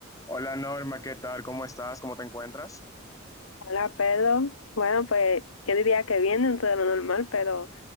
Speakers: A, on the left (about 15°); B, on the left (about 85°).
A: Hola Norma, ¿qué tal? ¿Cómo estás? ¿Cómo te encuentras?
B: Hola, Pedro. Bueno, pues yo diría que bien dentro de lo normal, pero